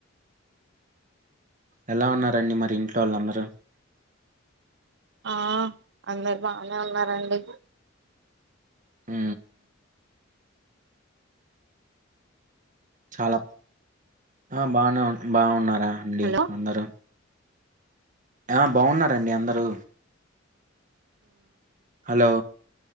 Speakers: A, on the right (about 40°); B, on the right (about 60°).
A: ఎలా ఉన్నారండి మరి ఇంట్లో వాళ్ళందరూ
B: ఆ అందరు బానే ఉన్నారండి
A: ఆ చాలా ఆ బానే బాగున్నారా అండి
B: హలో
A: అందరు ఆ బావున్నారండి అందరూ హలో